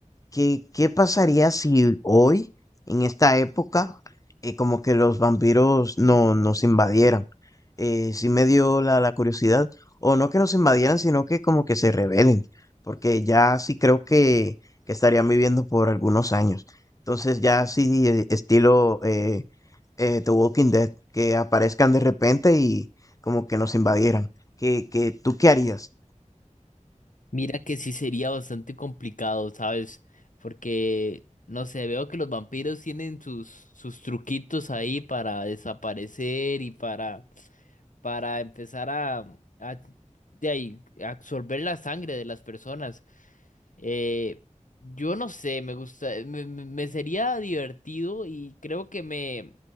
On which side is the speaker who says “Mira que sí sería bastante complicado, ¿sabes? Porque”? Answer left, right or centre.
Left